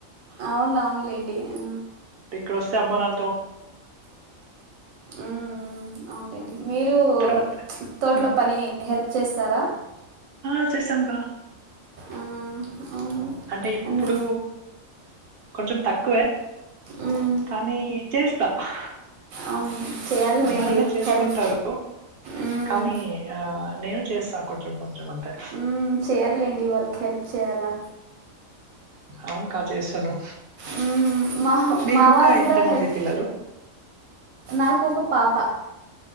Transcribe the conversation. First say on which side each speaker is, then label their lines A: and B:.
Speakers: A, on the right; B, on the right.
A: అవును అవునులేండి ఆ
B: ఇక్కడొస్తే అమ్మా నాన్న్
A: ఊ ఊ అవున్ లేండి మీరూ
B: తర్వాత
A: తోటలో
B: హ్మ్.
A: పనీ హెల్ప్ చేస్తారా
B: ఆ చేసాంగా
A: ఆ, అవును
B: అంటే ఇప్పుడూ
A: అన్ని
B: కొంచెం తక్కువే
A: మ్మ్.
B: కానీ. చేయిస్తా హా
A: అవును చేయాలండి
B: అమ్మానాన్నే చేస్కుంటారూ
A: హెల్ప్ మ్మ్.
B: కానీ. ఆ నేనూ చేస్సా కొంచం కొంచం అంతే.
A: ఊ చెయ్యాలి లేండి వాళ్ళకి హెల్ప్ చేయాళా.
B: అవునుకా చేసాను
A: మ్మ్. మా
B: మీకుకా
A: మా వాళ్ళు
B: ఎంత
A: కూడా
B: మంది
A: హెల్ప్
B: పిల్లలు
A: నాకు ఒక పాప